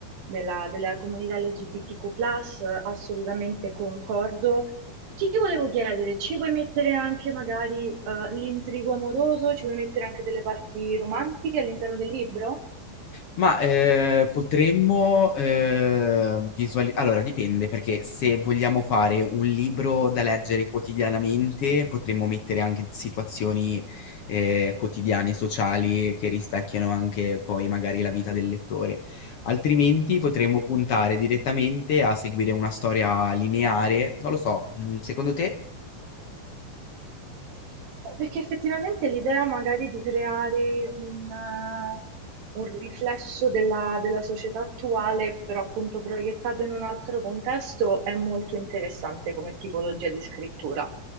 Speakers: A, on the right; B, on the left.
A: della della comunità LGBTQ+, assolutamente concordo. Ti volevo chiedere, ci puoi mettere anche magari eh, l'intrigo amoroso, ci puoi mettere anche delle parti romantiche all'interno del libro?
B: Ma eh, potremmo visualizzare. Allora, dipende, perché se vogliamo fare un libro da leggere quotidianamente, potremmo mettere anche situazioni eh, quotidiane, sociali, che rispecchiano anche poi magari la vita del lettore. Altrimenti potremmo puntare direttamente a seguire una storia lineare. Non lo so, mm, secondo te?
A: Perché effettivamente l'idea magari di creare un, eh, un riflesso della, della società attuale, però appunto proiettato in un altro contesto, è molto interessante come tipologia di scrittura.